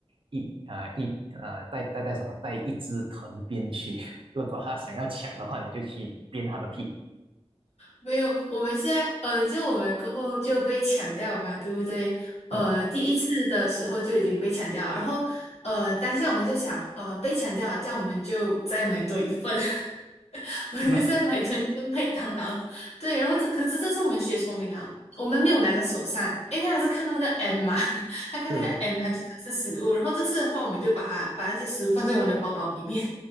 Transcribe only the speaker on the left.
没有，我们现在呃，就我们过后就被抢掉了嘛，对不对？呃，
第一次的时候就已经被抢掉了，然后呃，当下我们就想，呃，被抢掉了，这样我们就再买多一份，<laughs> 我们就再买成一个麦当劳。
对，然后这可是这是我们学聪明啊，我们没有拿在手上，因为他是看到那个 M 嘛，<laughs> 他看那个
M，他就知道是食物。然后这次的话，我们就把它把那些食物放在我们的包包里面。